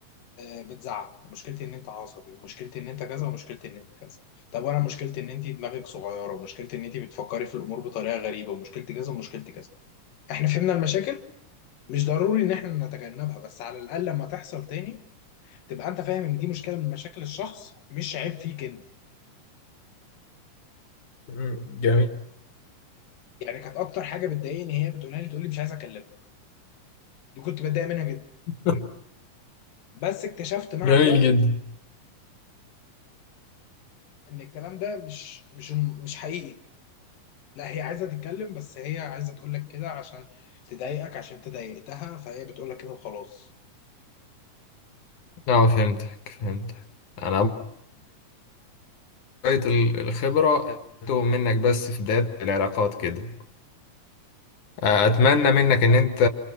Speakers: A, on the left (about 85°); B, on the left (about 65°).
A: آه، بتزعق ومشكلتي ان انت عصبي ومشكلتي ان انت كذا ومشكلتي ان انت كذا طب وانا مشكلتي ان انت دماغك صغيره ومشكلتي ان انت بتفكري في الامور بطريقه غريبه ومشكلتي كذا ومشكلتي كذا احنا فهمنا المشاكل مش ضروري ان احنا نتجنبها بس على الاقل لما تحصل تاني تبقى انت فاهم ان دي مشكله من مشاكل الشخص مش عيب فيك انت
B: مم. جميل
A: يعني كانت اكتر حاجه بتضايقني هي بتقولها لي تقول لي مش عايز اكلمك دي كنت بتضايق منها جدا
B: <laughs>
A: بس اكتشفت مع
B: جميل
A: الوقت
B: جدا
A: ان الكلام ده مش مش مش حقيقي لا هي عايزة تتكلم بس هي عايزة تقول لك كده عشان تضايقك عشان انت ضايقتها فهي بتقول لك كده وخلاص
B: اه فهمتك فهمتك انا شوية ال- الخبرة تتوه منك بس في بداية العلاقات كده أتمنى منك إن أنت